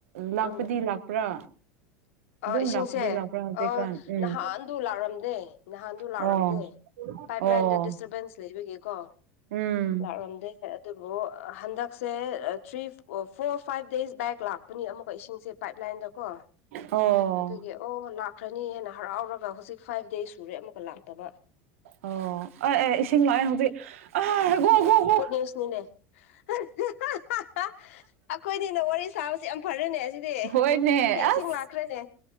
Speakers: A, on the right; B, on the left.
A: ꯂꯥꯛꯄꯗꯤ
B: ꯎꯝ
A: ꯂꯥꯛꯄ꯭ꯔꯥ ꯑꯗꯨꯝ
B: ꯑꯥ ꯏꯁꯤꯡꯁꯦ
A: ꯂꯥꯛꯄꯗꯤ ꯂꯥꯛꯄ꯭ꯔꯥ ꯍꯧꯖꯤꯛꯀꯥꯟ
B: ꯑꯥ
A: ꯎꯝ
B: ꯅꯍꯥꯟꯗꯨ ꯂꯥꯛꯔꯝꯗꯦ ꯅꯍꯥꯟꯗꯨ ꯂꯥꯛꯔꯝꯗꯦ
A: ꯑꯣ
B: ꯄꯥꯏꯞ
A: ꯑꯣ
B: ꯂꯥꯏꯟꯗ ꯗꯤꯁꯇꯔꯕꯦꯟꯁ ꯂꯩꯕꯒꯤꯀꯣ
A: ꯎꯝ
B: ꯂꯥꯛꯂꯝꯗꯦ ꯑꯗꯨꯕꯨ ꯍꯟꯗꯛꯁꯦ three or four five days back ꯂꯥꯛꯄꯅꯤ ꯑꯃꯨꯛꯀ ꯏꯁꯤꯡꯁꯦ ꯄꯥꯏꯞ ꯂꯥꯏꯟꯗꯀꯣ
A: ꯑꯣ
B: ꯑꯗꯨꯒꯤ ꯑꯣ ꯂꯥꯛꯈ꯭ꯔꯅꯤ ꯍꯦꯟꯅ ꯍꯔꯥꯎꯔꯒ ꯍꯧꯖꯤꯛ ꯐꯥꯏꯚ ꯗꯦꯖ ꯁꯨꯔꯦ ꯑꯃꯨꯛꯀ ꯂꯥꯛꯇꯕ
A: ꯑꯣ ꯑ ꯑꯦ ꯏꯁꯤꯡ ꯂꯥꯛꯑꯦ ꯍꯧꯖꯤꯛ ꯑ ꯒꯣ ꯒꯣ ꯒꯣ
B: ꯇꯦꯁꯅꯤꯅꯦ <unintelligible> ꯑꯩꯈꯣꯏꯅꯤꯅ ꯋꯥꯔꯤ ꯁꯥꯕꯁꯦ ꯌꯥꯝ ꯐꯔꯦꯅꯦ ꯑꯁꯤꯗꯤ
A: ꯍꯣꯏꯅꯦ
B: ꯍꯦ ꯏꯁꯤꯡ
A: ꯑꯁ
B: ꯂꯥꯛꯈ꯭ꯔꯦꯅꯦ